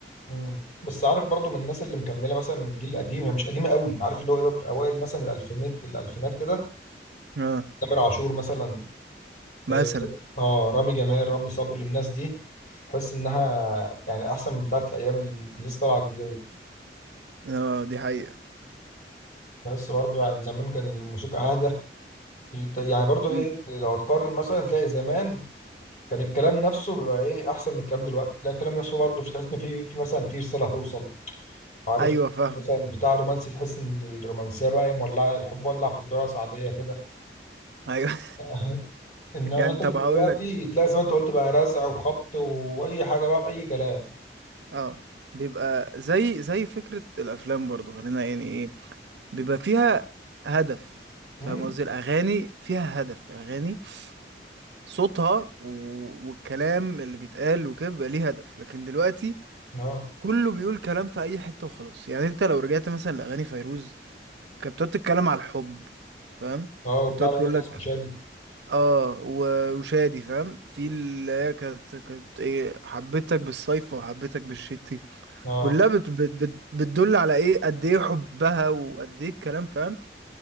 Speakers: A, on the left; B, on the right.
A: مم. بس عارف برضو من الناس اللي مكمله مثلا من الجيل القديم هي مش قديمه قوي عارف اللي هو ايه بقى في اوائل مثلا الالفينات الالفينات كده
B: اه
A: تامر عاشور مثلا
B: مثلا
A: إيه، اه رامي جمال رامي صبري الناس دي تحس انها يعني احسن من بتاعه الايام اللي لسه طالعه الجديده دي
B: اه دي حقيقة
A: تحس برضو يعني زمان كان الموسيقى اهدى يعني برضو
B: مم.
A: ايه لو تقارن مثلا تلاقي زمان كان الكلام نفسه بيبقى ايه احسن من الكلام دلوقتي تلاقي الكلام نفسه برضو مش تحس ان في في مثلا في رساله هتوصل عارف
B: ايوه فاهم
A: مثلا بتاع رومانسي تحس ان الرومانسيه بقى إيه، مولعه الحب ولع في الدرس عاديه كده
B: ايوه
A: <laughs> انما
B: <laughs> يعني
A: مثلا
B: طب هقول
A: دلوقتي
B: لك
A: تلاقي زي ما انت قلت بقى رزع وخبط واي حاجه بقى في اي كلام
B: اه بيبقى زي زي فكرة الافلام برضو خلينا يعني ايه بيبقى فيها هدف فاهم
A: امم
B: قصدي الاغاني فيها هدف الاغاني صوتها و... والكلام اللي بيتقال وكده بيبقى ليه هدف لكن دلوقتي
A: اه
B: كله بيقول كلام في اي حته وخلاص يعني انت لو رجعت مثلا لاغاني فيروز كانت بتقعد تتكلم على الحب فاهم
A: اه وبتاع
B: كانت بتقعد
A: اللي
B: تقول
A: لك
B: لك
A: اسمه شادي
B: اه و- وشادي فاهم في اللي هي كانت كانت ايه حبيتك بالصيف وحبيتك بالشتي
A: اه
B: كلها بت بت بت بتدل على ايه قد ايه حبها وقد ايه الكلام فاهم